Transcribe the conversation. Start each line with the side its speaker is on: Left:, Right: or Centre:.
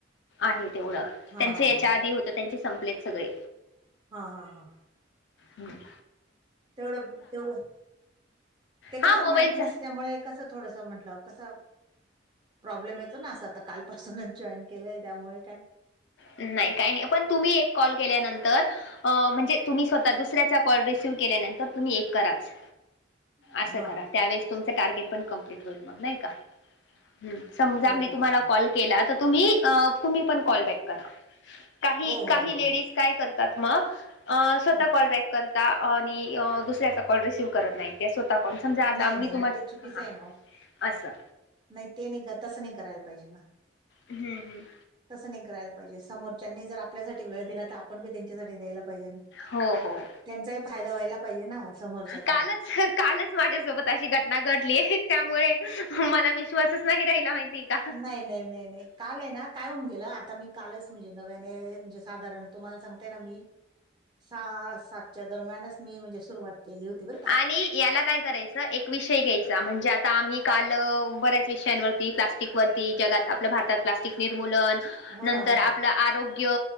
Left: आहे तेवढं
Right: हां,
Left: त्यांच
Right: हां,
Left: याच्या
Right: हां.
Left: आधी होत त्यांचे संपलेत सगळे
Right: हा, हा, हा
Left: हम्
Right: तेवढं, तेवढं ते
Left: हा
Right: कसं
Left: मोबाईलचा
Right: माहीत नसल्यामुळे कस थोडस म्हटलं कसं प्रॉब्लेम येतो ना असं आ कालपासूनच जॉईन केलंय त्यामुळे काय
Left: नाही काही नाही पण तुम्ही एक कॉल केल्यानंतर अ म्हणजे तुम्ही स्वतः दुसऱ्याचा कॉल रिसिव्ह केल्यानंतर तुम्ही एक कराच
Right: <inaudible>
Left: असं करा
Right: हां.
Left: त्यावेळेस तुमचं टार्गेट पण कंप्लीट होईल मग नाही का ह समजा
Right: हो,
Left: मी
Right: हो,
Left: तुम्हाला
Right: हो.
Left: कॉल केला तर तुम्ही, तुम्ही पण कॉल बॅक करा का
Right: हो,
Left: काही
Right: हो, हो.
Left: लेडीज काय करतात मग स्वतः
Right: हां.
Left: कॉलबॅक कर आणि दुसऱ्याचा कॉल रिसिव करत नाही. स्वतः कोण समजा आता
Right: नाही,
Left: मी
Right: नाही
Left: तुम्हा
Right: मग ते चुकीचं
Left: ह
Right: आहे ना हो.
Left: असं.
Right: नाही ते नाही का तसं नाही करायला पाहिजे ना.
Left: हम्म हम्म.
Right: तसं नाही करायला पाहिजे समोरच्यानी जर आपल्यासाठी वेळ दिला तर आपण बी त्यांच्यासाठी द्यायला पाहिजे ना.
Left: हो हो
Right: त्यांचाही फायदा व्हायला पाहिजे ना समोरच्याचा.
Left: कालच कालच माझ्यासोबत अशी घटना घडली आहे त्यामुळे मला विश्वासच नाही राहिला माहिती. का
Right: नाही नाही नाही नाही. काल आहे ना काय होऊन गेलं आता मी कालच म्हणजे नव्याने म्हणजे साधारण तुम्हाला सांगतेय ना मी सहा सातच्या दरम्यानच मी म्हणजे सुरुवात केली होती बरं का.
Left: आणि याला काय करायचं एक विषय घ्यायचा म्हणजे आता आम्ही काल बऱ्याच विषयांवरती प्लास्टिक वरती ती जगात आपल्या भारतात प्लास्टिक निर्मूलन
Right: हो
Left: नंतर
Right: ना, हो ना.
Left: आपलं आरोग्य